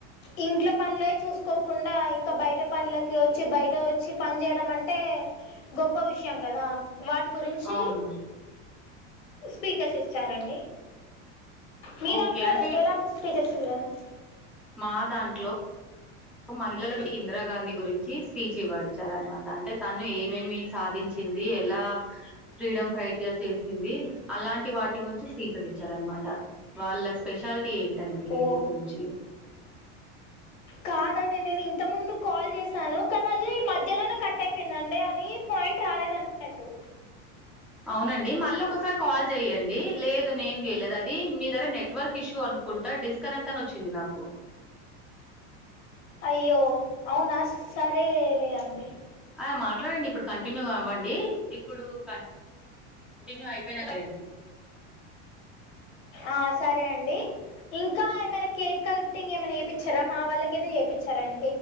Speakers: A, on the left; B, in the centre.
A: ఇంట్ల పనులే చూసుకోకుండా ఇంకా బయట పనుల కివచ్చి బయట వచ్చి పని చేయడం అంటే గొప్ప విషయం గదా వాటి గురించి
B: అవును
A: స్పీకర్స్ ఇచ్చారండి మీ
B: ఓకే
A: దాంట్లో
B: అంటే ఇప్
A: ఎలాంటి స్పీచెస్ <unintelligible>
B: మా దాంట్లో మహిళలకి ఇందిరాగాంధీ గురించి స్పీచ్ ఇవ్వ ఇచ్చారన్న మాట అంటే తను ఏమేమి సాధించింది ఎలా ఫ్రీడమ్ ఫైట్ర్ చేసింది అలాంటి వాటి గురించి స్పీచెస్ ఇచ్చారనమాట వాళ్ళ స్పెషాలిటీ టి ఏంటనేది లేడీస్
A: ఓ
B: గురించి
A: కాదండి నేను ఇంత ముందు కాల్ చేసాను కానీ అది మధ్యలోనే కట్ అయిపోయిందండి అది పాయింట్ రాలేద అన్నట్టు
B: అవునండి మళ్ళ ఒకసారి కాల్ చెయ్యండి లేదు నేను చేయలేదు అది మీ దగ్గర నెట్వర్క్ ఇష్యూ అనుకుంటా డిస్కనెక్ట్ అని వచ్చింది నాకు
A: అయ్యో అవునా సరే లే అండి
B: ఆ మాట్లాడండి ఇప్పుడు కంటిన్యూ అవ్వండి ఇప్పుడు కంటిన్యూ అయిపోయిన కెల్
A: ఆ సరే అండి ఇంకా ఏమైనా కేక్ కటింగ్ ఏమైనా చేపిచ్చారా మా వాళ్ళకయితే చేయిచ్చారు అండి